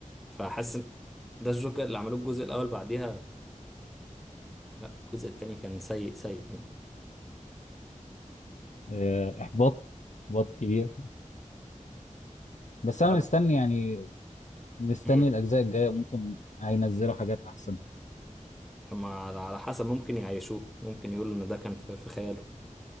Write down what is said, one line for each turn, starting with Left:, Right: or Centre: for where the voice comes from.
Centre: فحاسس إن ده الجوكر اللي عملوه الجزء الاول بعديها لا الجزء التاني كان سيء سيء يعني
Left: آه، إحباط إحباط كبير بس
Centre: طب
Left: أنا مستني يعني مستني
Centre: مم.
Left: الأجزاء الجاية ممكن هينزلوا حاجات أحسن
Centre: أما على على حسب ممكن يعيشوه ممكن يقولوا ان ده كان في في خياله